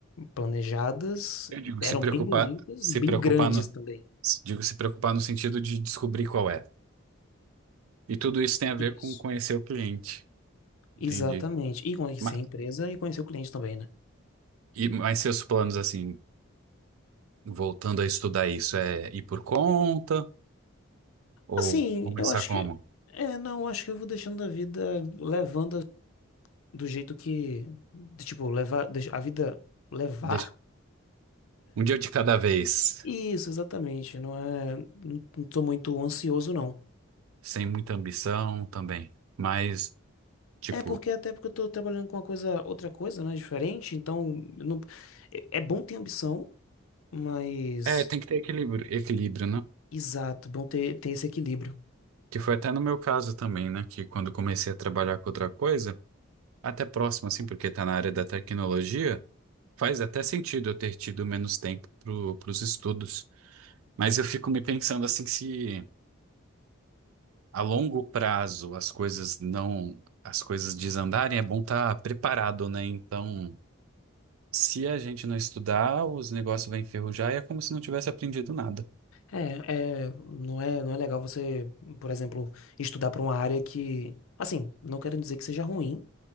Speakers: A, on the left; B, on the right.
A: planejadas,
B: Eu digo
A: eram
B: se preocupar,
A: bem bonitas
B: se
A: e bem
B: preocupar
A: grandes
B: no,
A: também.
B: digo se preocupar no sentido de descobrir qual é. E tudo isso tem a ver
A: Isso.
B: com conhecer o cliente.
A: Exatamente.
B: Entendi.
A: E conhecer
B: Ma-
A: a empresa e conhecer o cliente também, né?
B: e- Mas, seus planos assim, voltando a estudar isso, é ir por conta ou
A: Assim,
B: começar
A: eu acho
B: como?
A: que. É, não, acho que eu vou deixando a vida levando a- do jeito que. de, tipo, levar. deix- A vida levar?
B: Deixa- um dia de cada vez,
A: Isso, exatamente. Não é. Não não tô muito ansioso, não.
B: sem muita ambição também, mas tipo
A: É porque até porque eu tô trabalhando com uma coisa, outra coisa, né? Diferente. Então, eu não, é é bom ter ambição, mas.
B: É, tem que ter equilíbrio, equilíbrio, né?
A: Exato, bom ter, ter esse equilíbrio.
B: Que foi até no meu caso também, né? Que quando comecei a trabalhar com outra coisa, até próximo, assim, porque tá na área da tecnologia, faz até sentido eu ter tido menos tempo pro, pros estudos. Mas eu fico me pensando assim, se a longo prazo as coisas não, as coisas desandarem, é bom estar preparado, né? Então, se a gente não estudar, os negócios vão enferrujar e é como se não tivesse aprendido nada.
A: É, é, não é, não é legal você, por exemplo, estudar para uma área que, assim, não quero dizer que seja ruim,